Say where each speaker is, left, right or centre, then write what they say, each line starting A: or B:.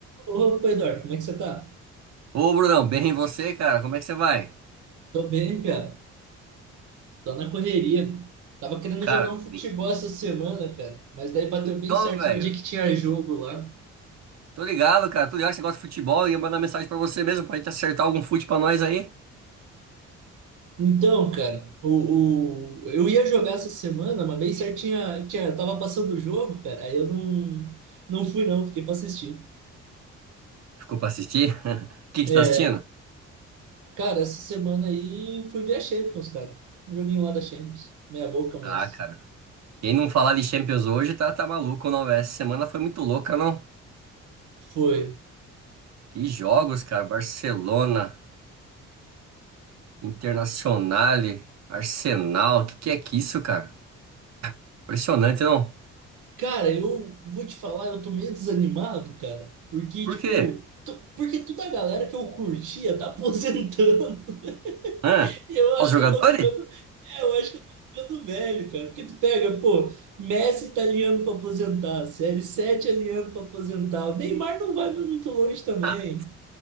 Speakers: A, on the right (about 85°); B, on the right (about 60°).
A: Opa, Eduardo, como é que você tá?
B: Ô, Brunão, bem e você, cara? Como é que você vai?
A: Tô bem, Pia. Tô na correria. Tava querendo
B: Cara,
A: jogar um futebol
B: ni-
A: essa semana, cara, mas daí bateu
B: então,
A: bem certo
B: velho,
A: no dia que tinha jogo lá.
B: tô ligado, cara. Tô ligado que você gosta de futebol e ia mandar mensagem pra você mesmo pra gente acertar algum fute pra nós aí.
A: Então, cara, o, o... eu ia jogar essa semana, mas bem certo tinha, tinha... tava passando o jogo, cara, aí eu não, não fui não, fiquei pra assistir.
B: Ficou pra assistir? <laughs> O que que
A: É,
B: você tá assistindo?
A: cara, essa semana aí fui ver a Champions, cara. Um joguinho lá da Champions. Meia boca, mas
B: Ah, cara, quem não falar de Champions hoje tá, tá maluco, não, velho? Essa semana foi muito louca, não?
A: foi.
B: Que jogos, cara. Barcelona, Internazionale, Arsenal. Que que é que isso, cara? Impressionante, não?
A: Cara, eu vou te falar, eu tô meio desanimado, cara, porque,
B: Por
A: tipo,
B: quê?
A: tu- porque toda a galera que eu curtia tá aposentando. <laughs>
B: Hã?
A: E eu acho
B: Os jogadores?
A: que eu tô ficando, é, eu acho que eu tô ficando velho, cara, porque tu pega, pô, Messi tá alinhando pra aposentar, cr sete alinhando pra aposentar, o Neymar não vai muito longe também.
B: Ah,